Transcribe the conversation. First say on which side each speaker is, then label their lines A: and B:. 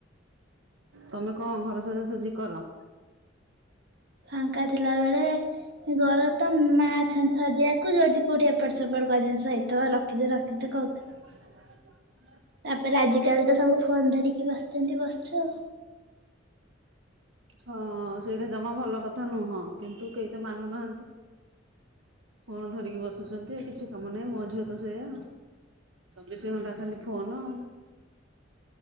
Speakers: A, on the right (about 80°); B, on the right (about 60°).
A: ତମେ କଣ ଘର ସଜାସଜି କର?
B: ଫାଙ୍କା ଥିଲା ବେଳେ- ଘର ତ ମା ଅଛନ୍ତି ଖୋଜିବାକୁ ଯୋଉଠି କୋଉଠି ଏପଟ ସେପଟ ଜିନିଷ ହେଇଥିବ ରଖିଦେ ରଖିଦେ କ
A: <unintelligible>
B: - ତାପରେ ଆଜିିକାଲି ତ ସବୁ ଫୋନ ଧରିକି ବସିଛନ୍ତି ବସିଛୁ ଆଉ।
A: ହଁ ସେଇଟା ଜମା ଭଲ କଥା ନୁହଁ କିନ୍ତୁ କେହି ତ- ମାନୁ ନାହାନ୍ତି। ଫୋନ ଧରିକି ବସୁଛନ୍ତି କିଛି କାମ ନାହିଁ। ମୋ ଝିଅ ତ ସେଇଆ। ଚବିଶି ଘଣ୍ଟା ଖାଲି ଫୋନ।